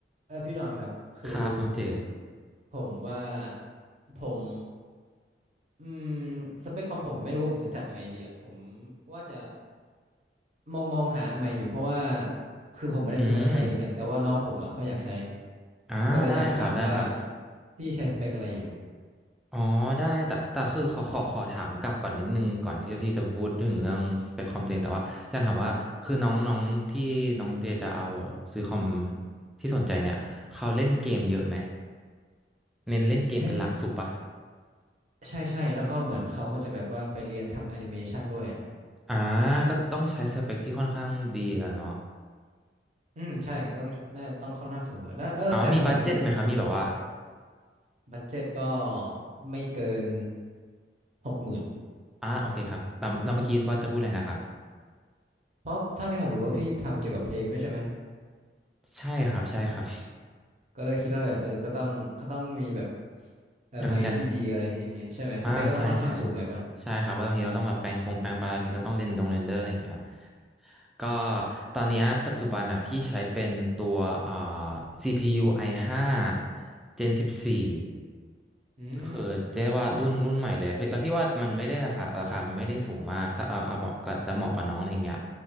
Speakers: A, on the right; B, in the centre.
A: เออพี่ดอนครับคือ
B: ครับน้องเจ
A: ผมว่าผมอืมสเปคคอมผมไม่รู้ว่าผมจะจัดยังไงดีอ่ะผมว่าจะมองมองหาอันใหม่อยู่เพราะว่าคือผมไม่ได้ซื้อมาใช้เองแหละแต่ว่าน้องผมอ่ะเขาอยากใช้
B: อืมอ่าได้ครับได้ครับ
A: ก็เลยอยากถามว่าพี่ใช้สเปคอะไรอยู่
B: อ๋อได้แต่แต่คือขอขอขอถามกลับก่อนนิดนึงก่อนที่พี่จะพูดถึงเรื่องสเปคคอมตัวเองแต่ว่าอยากถามว่าคือน้องน้องที่น้องเจจะเอาซื้อคอมที่สนใจเนี่ยเขาเล่นเกมเยอะไหมเน้นเล่นเกมเป็นหลักถูกปะ
A: เล่นใช่ใช่แล้วก็เหมือนเขาก็จะแบบว่าไปเรียนทำแอนิเมชันด้วยอ่ะ
B: อ่าก็ต้องใช้สเปคที่ค่อนข้างดีกันเนาะ
A: อืมใช่ก็ต้องน่าต้องค่อนข้างสูงเลยแล้วเออแต่ผมรู้
B: อ๋อมีบัดเจ็ตไหมครับมีแบบว่า
A: บัดเจ็ตก็ไม่เกินหกหมื่น
B: อ่าโอเคครับเราเราเมื่อกี้ว่าจะพูดอะไรนะครับ
A: เพราะเท่าที่ผมรู้ว่าพี่ทำเกี่ยวกับเพลงด้วยใช่ไหม
B: ใช่ครับใช่ครับ
A: ก็เลยคิดว่าแบบเออก็ต้องก็ต้องมีแบบ
B: <laughs>
A: เออไมค์ที่ดีอะไรทีนี้ใช่ไหมสเปคก็ต้องค่อนข้างสูงหน่อยป่ะ
B: อ่ะมีการ อ่าใช่ใช่ใช่ครับว่าบางทีเราต้องแบบแปรงฟงแปรงฟันบางทีเราต้องเรนดงเรนเดอร์อะไรอย่างเงี้ยก็ตอนเนี้ยปัจจุบันอ่ะพี่ใช้เป็นตัวอ่า CPU i5 Gen 14
A: อืม
B: ก็คือเรียกว่ารุ่นรุ่นใหม่เลยเฮ้ยแล้วพี่ว่ามันไม่ได้ราคาราคามันไม่ได้สูงมากถ้าเอาเอาเหมาะก็จะเหมาะกับน้องอะไรเงี้ย